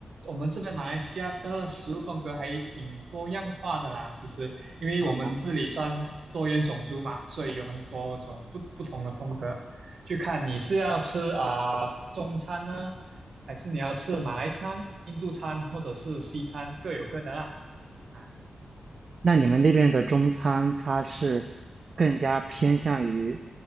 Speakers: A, on the right (about 70°); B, on the right (about 55°).
A: 我们这边马来西亚的食物风格还挺多样化的啦。其实，因为我们这里算多元种族嘛，
B: 哦，
A: 所以有很多种不不同的风格。就看你是要吃啊、中餐呢，还是你要吃马来餐、印度餐或者是西餐，各有各的啦。啊。
B: 那你们那边的中餐，它是更加偏向于